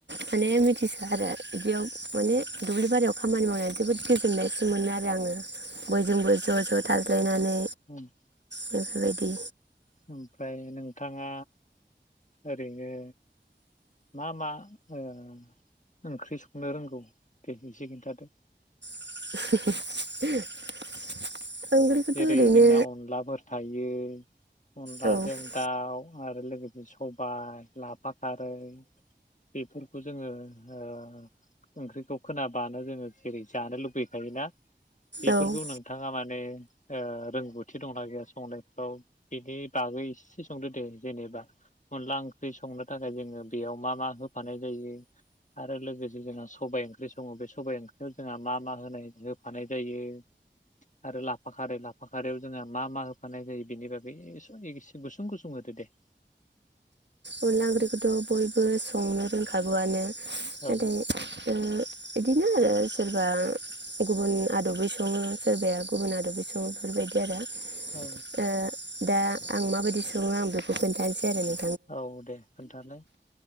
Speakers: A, on the right; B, on the left.
A: माने मिथिस'आ आरो बिदियाव माने दुब्लि बारियाव खामानि मावनानै जोबोद गोजोननायसो मोनो आरो आङो। बयजोंबोय ज' ज था ज्यानानै
B: उम
A: बेफोरबायदि
B: ओमफ्राय नोंथाङा ओरैनो मा मा ओ ओंख्रि संनो रोंगौ दे एसे खिन्थादो
A: <inaudible>
B: जेरै
A: ओरैनो
B: जोंना अनलाफोर थायो अनलाजों
A: औ
B: दाउ आरो लोगोसे स बाय लाफा खारै बेफोरखौ जोङो ओ ओंख्रैखौ खोना बानो जोङो जेरै जानो लुबैखायोना बेफोरखौ
A: औ
B: नोंथाङा माने ओ रोंगौथि दंना गैया संनायफ्राव बिनि बागै एसे संदो दे जेनेबा अनला ओंख्रि संनो थाखाय जोङो बेयाव मा मा होफानाय जायो आरो लोगोसे जोंहा सबायाइ ओंख्रि सङो बे सबायाइ ओंख्रियाव जोंहा मा मा होनाय होफानाय जायो आरो लाफ फाखारै लाफाखारैयाव जोंहा मा मा होफानाय जायो बेनि बागै एसे गुसुं गुसुं होदो दे?
A: अनला ओंख्रिखौथ' बयबो संनो रोंखागौआनो
B: औ
A: <inaudible> इदिनो आरो सोरबा गुबुन आद'बै संङो सोरबाया गुबुन आदबै संङो बेफोरबायदि आरो ओ
B: औ
A: दा आं माबायदि संङो आं बेखौ खोनथानोसै आरो ना
B: औ दे खोनथालाय